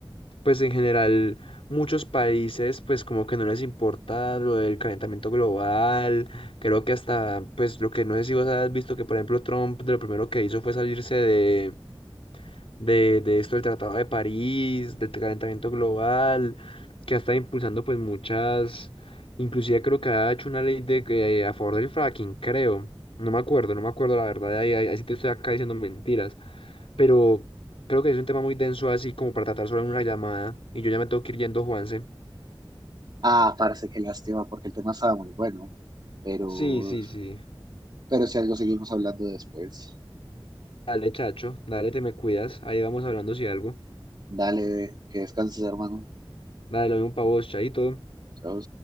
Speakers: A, on the left; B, on the right.
A: pues, en general, muchos países, pues, como que no les importa lo del calentamiento global. Creo que hasta, pues, lo que no sé si vos has visto que, por ejemplo, Trump, de lo primero que hizo fue salirse de de, de esto del Tratado de París, del calentamiento global, que ha estado impulsando pues muchas, inclusive creo que ha hecho una ley de que eh, a favor del fracking, creo. No me acuerdo, no me acuerdo la verdad, ahí, ahí, ahí sí te estoy acá diciendo mentiras, pero creo que es un tema muy denso así como para tratar solo en una llamada y yo ya me tengo que ir yendo, Juanse.
B: Ah, parece que lástima porque el tema estaba muy bueno, pero,
A: Sí, sí, sí.
B: pero si algo seguimos hablando después.
A: Dale, chacho, dale, te me cuidas, ahí vamos hablando si algo.
B: Dale, que descanses, hermano.
A: Dale, lo mismo pa' vos, chaito.
B: Chao.